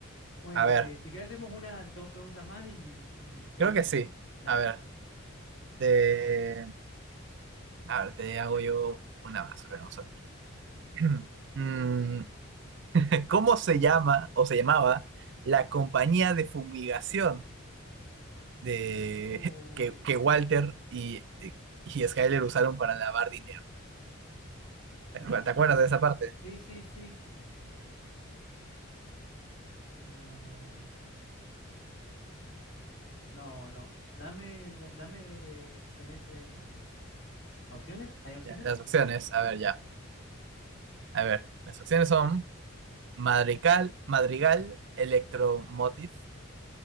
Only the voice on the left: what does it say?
Bueno,
eh, si querés hacemos una, dos preguntas más y, y yo
me...
Dale.
Oh,
ah,
sí, sí, sí. Eh, no, no. Dame, da- dame si tenés em, opciones. ¿Hay opciones?